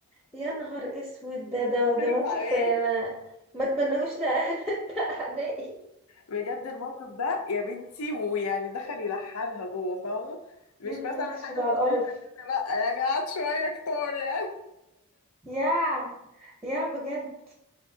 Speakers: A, in the centre; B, on the left.
A: يا نهار اسود ده ده ده
B: خرف
A: موقف
B: عليه
A: يعني انا ما اتمنهوش لأهل <laughs> لأعدائي
B: بجد الموقف ده يا بنتي ويعني دخل يلحنها جوه فاهمة مش
A: يا نهار
B: مثلا
A: اسود
B: حاجة
A: على القرف
B: بسيطة كده لا يعني قعد شوية كتار يعني
A: يا يا بجد